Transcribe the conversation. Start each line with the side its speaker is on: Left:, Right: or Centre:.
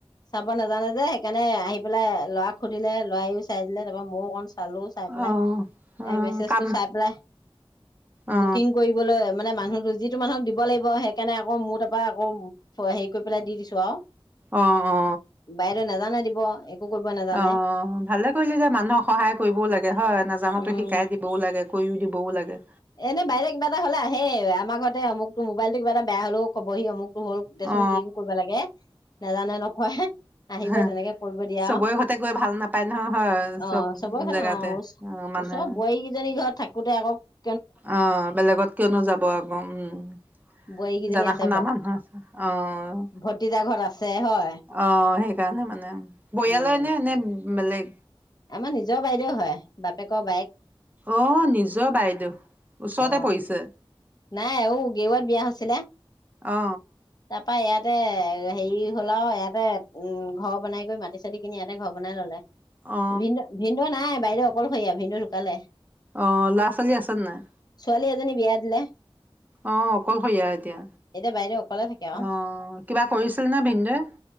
Left: চাব নেজানে যে সেইকাৰণে আহি পেলাই লৰাক সুধিলে লৰাইও চাই দিলে তাৰপৰা মইও অকন - চালো চাই পেলাই
Right: অ অ
Left: মেছেজটো
Right: কাম
Left: চাই পেলাই,
Right: অ
Left: বুকিং কৰি বলৈ মানে মানুহটো যিটো মানুহক দিব লাগিব সেইকাৰণে আকৌ মোৰ তাৰ পৰা আকৌ - হেৰি কৰি পেলাই দি দিছো আও।
Right: অ অ।
Left: বাইদেউয়ে নেজানে দিব। কৰিব নাজানে
Right: অ ভালে কৰিলি দে মানুহক সহায় কৰিবও লাগে হয় নজনাটো
Left: উম
Right: শিকাই দি বও লাগে কৰিও দিবও লাগে।
Left: এনেই বাইদেউয়ে কিবা এটা হলে আহে আমাৰ ঘৰতে আমুকটো মোবাইলটো কিবা এটা বেয়া হলেও কবহি অমুক - টো হ'ল দেচোন
Right: অ
Left: কিং কৰিব লাগে। নেজানে নকয় আহিব
Right: অ
Left: তেনেকে কৰিব দিয়ে
Right: চবৰে
Left: আও
Right: ঘৰতে গৈ ভাল নাপায় নহয় হয়
Left: অ।
Right: চব
Left: চবৰ ঘৰত
Right: জেগাতে
Left: অ
Right: অ মানুহে
Left: ওচৰৰ বোৱাৰীকেইজনী ঘৰত থাকোতে আকৌ -
Right: অ বেলেগত কিয়নো যাব আকৌ উম।
Left: বোৱাৰীকেইজনী
Right: জানা
Left: আছে
Right: শুনা
Left: ভ
Right: মানুহ আছে অঁ।
Left: ভতিজা ঘৰত আছে হয়
Right: অ সেইকাৰণে মানে, পৰিয়ালৰ
Left: উম
Right: নে এনেই বেলেগ?
Left: আমাৰ নিজৰ বাইদেউও হয় বাপেকৰ বায়েক।
Right: অ নিজৰ বাইদেউ ওচৰতে
Left: অ
Right: পৰিছে।
Left: নাই ও গেৱাত বিয়া হৈছিলে।
Right: অ
Left: তাৰ পৰা ইয়াতে হেৰি হল আও ইয়াতে উম ঘৰ বনাই কৰি মাটি চিতি কিনি ইয়াতে ঘৰ বনাই ললে।
Right: অ অ
Left: ভিনদেউ ভিনদেউ নাই বাইদেউ অকলশৰীয়া ভিনদেউ ঢুকালে।
Right: অ ল'ৰা-ছোৱালী আছে নাই?
Left: ছোৱালী এজনী বিয়া দিলে।
Right: অ অকলশৰীয়া এতিয়া,
Left: এতিয়া বাইদেউ অকলে থাকে আৰু
Right: অ কিবা কৰিছিল নে ভিনদেউৱে?